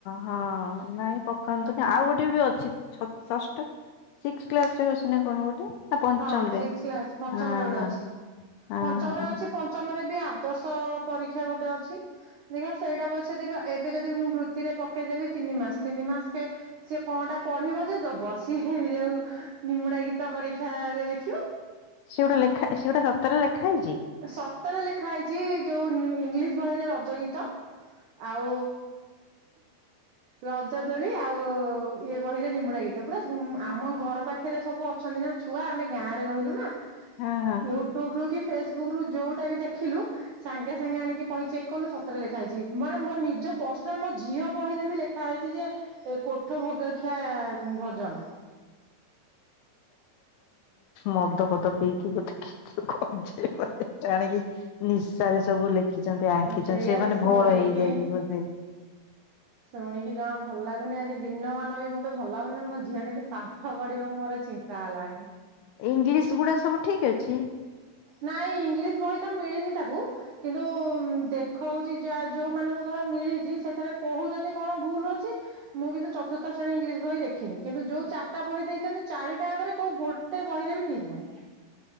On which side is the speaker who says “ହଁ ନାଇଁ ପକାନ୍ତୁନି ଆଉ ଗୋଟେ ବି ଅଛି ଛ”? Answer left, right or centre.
Left